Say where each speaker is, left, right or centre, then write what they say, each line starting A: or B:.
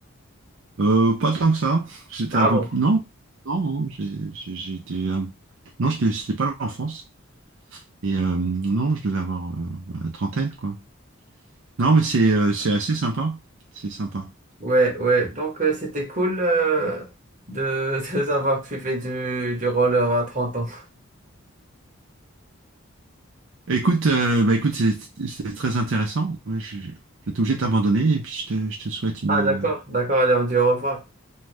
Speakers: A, on the right; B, on the right.
A: Euh, pas tant que ça. J'étais
B: Ah
A: un peu
B: bon?
A: plus. Non, non, non, j'ai- j'ai- j'étais. euh, Non, j'étais- c'était pas l'enfance. Et euh, non, je devais avoir euh, voilà, la trentaine, quoi. Non, mais c'est euh, c'est assez sympa. C'est sympa.
B: Ouais, ouais, donc euh, c'était cool euh, de, <laughs> de savoir que tu fais du, du roller à 30 ans.
A: Écoute, euh, bah, écoute, c'est c'est très intéressant. Ouais, je, je, je vais être obligé de t'abandonner et puis je te, je te souhaite une.
B: Ah,
A: euh,
B: d'accord, d'accord, allez, on dit au revoir.